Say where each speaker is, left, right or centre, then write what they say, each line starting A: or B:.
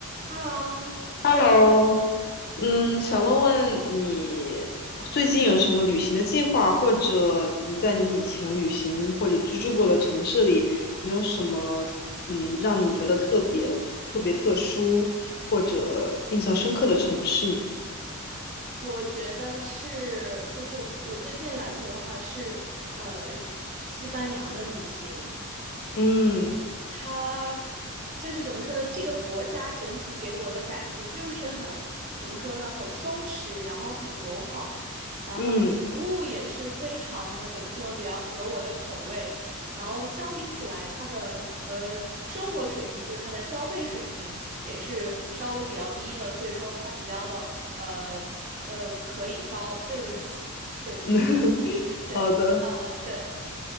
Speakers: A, on the right (about 35°); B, on the left (about 45°).
A: Hello，
B: Hello，嗯，想问问你最近有什么旅行的计划，或者你在你以前旅行或者居住过的城市里，你有什么嗯让你觉得特别特别特殊或者印象深刻的城市？
A: 我觉得是，就是我最近来说的话是，呃，西班牙的旅行，
B: 嗯
A: 它就是怎么说呢？这个国家整体给我的感觉就是很，怎么说呢？很松弛，然后很友好，然后食物也是非常的，
B: 嗯，
A: 怎么说呢？比较合我的口味。然后相比起来，它的呃生活水平，就是它的消费水平也是稍微比较低的，所以说它比较的呃呃可以消费得起。对，
B: <laughs>
A: 是，对，
B: 好的。
A: 嗯，对。